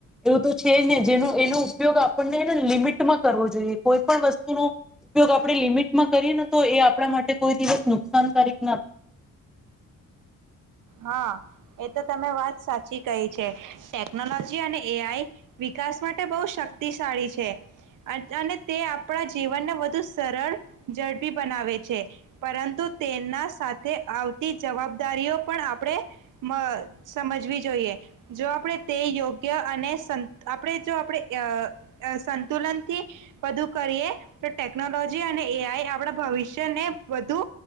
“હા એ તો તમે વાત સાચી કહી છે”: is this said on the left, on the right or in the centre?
Right